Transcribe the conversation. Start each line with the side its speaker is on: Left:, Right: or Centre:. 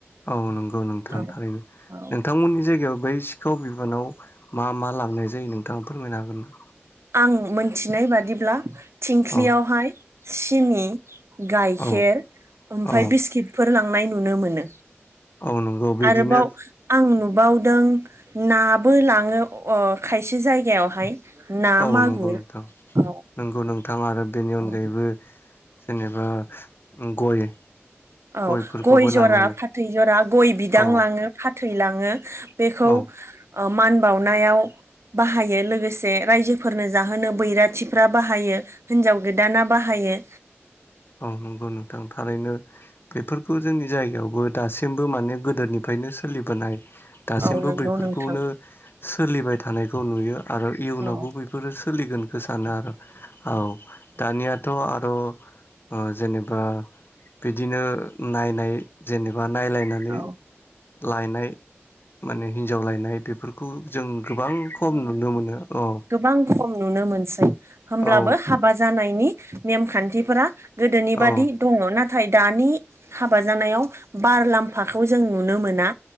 Left: ओं नंगौ नोंथां
Right: औ
Left: ‌थारैनो
Right: औ
Left: नोंथमोननि जायगायाव‌ बै बिखौ बिबानाव मा मा लांनाय जायो नोंथाङा फोरमायनो हागोन ना
Right: आं मोनथिनाय बादिब्ला थिंख्लियावहाय
Left: औ
Right: सिनि गाइखेर
Left: औ
Right: ओमफ्राय
Left: औ
Right: बिस्किटफोर लांनाय नुनो मोनो
Left: औ नंगौ बिदिनो
Right: आरोबाव आं नुब बावदों नाबो लाङो अ खायसे जायगायावहाय ना
Left: औ
Right: मागुर
Left: नंगौ नोंथां
Right: औ
Left: नंगौ नोंथां आरो बेनि अनगायैबो
Right: औ
Left: जेनेबा गय
Right: औ
Left: गयफोरखौबो
Right: गय जरा
Left: लांनायनो
Right: फाथै जरा गय बिदां
Left: औ
Right: लाङो फाथै लाङो बेखौ
Left: औ
Right: मान बानायाव बाहायो लोगोसे रायजोफोरनो जाहोनो बैराथिफ्रा बाहायो हिनजाव गोदाना बाहाय <inaudible>
Left: औ नंगौ नोंथां थारैनो बेफोरखौ जोंनि जायगायावबो दासिमबो माने गोदोनि ओमफायनो सोलिबोनाय दासिमबो
Right: औ नंगौ
Left: बैफोरखौनो
Right: नोंथां
Left: सोलिबाय थानायखौ नुयो आरो इयुनावबो
Right: औ
Left: बेफोरो सोलिगोनखौ सानो आरो औ दानियाथ' आ अ जेबा बिदिनो नायनाय बा नायलायनानै
Right: औ
Left: लायनाय माने हिन्जाव लायनाय बेफोरखौ जों गोबां खम नुनो मोनो औ
Right: गोबां खम नुनो मोनसै होमब्लाबो
Left: औ
Right: हाबा जानायनि नेमखान्थिफोरा गोदोनि
Left: औ
Right: बादि दङ नाथाय नाथाय दानि हाबा जानायाव बारलाम्फाखौ जों नुनो मोना